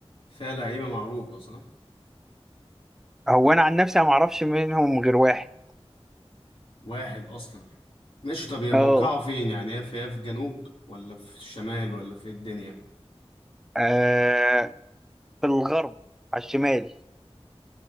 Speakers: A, on the left (about 65°); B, in the centre.
A: فيها لعيبة معروفة صح؟
B: هو انا عن نفسي ما اعرفش منهم غير واحد
A: واحد أصلا ماشي طب هي
B: اه
A: موقعه فين يعني هي في هي في جنوب ولا في الشمال ولا في إيه الدنيا؟
B: آه في الغرب على الشمال